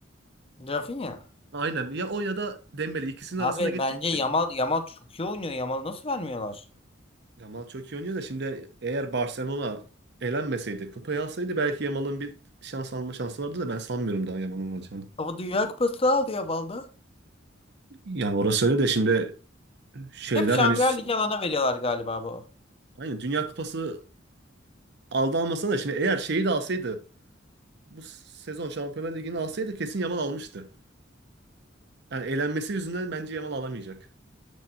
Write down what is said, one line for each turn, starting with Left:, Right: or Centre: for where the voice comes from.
Left: Rafinha.
Right: Aynen. Ya o ya da Dembele ikisinin
Left: Abi
Right: arasında geçecek
Left: bence Yamal
Right: de.
Left: Yamal çok iyi oynuyor. Yamal'ı nasıl vermiyorlar?
Right: Yamal çok iyi oynuyor da şimdi eğer Barcelona elenmeseydi, kupayı alsaydı belki Yamal'ın bir şans alma şansı vardı da ben sanmıyorum daha Yamal'ın alacağını.
Left: Ama Dünya Kupası'nı aldı Yamal'da.
Right: Yani orası öyle de şimdi şeyler
Left: Hep Şampiyonlar
Right: hani
Left: Ligi alana veriyorlar galiba bu.
Right: aynı Dünya Kupası aldı almasa da şimdi eğer şeyi de alsaydı bu sezon Şampiyonlar Ligi'ni alsaydı kesin Yamal almıştı. Yani eğlenmesi yüzünden bence Yamal alamayacak.